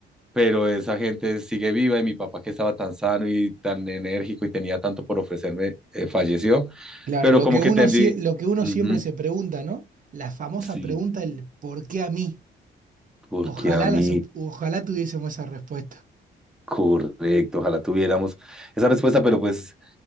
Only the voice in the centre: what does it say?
pero esa gente sigue viva y mi papá que estaba tan sano y tan enérgico y tenía tanto por ofrecerme, eh, falleció,
pero
como
que
entendí,
ujú,
sí,
porque
a mí,
correcto, ojalá tuviéramos esa respuesta, pero pues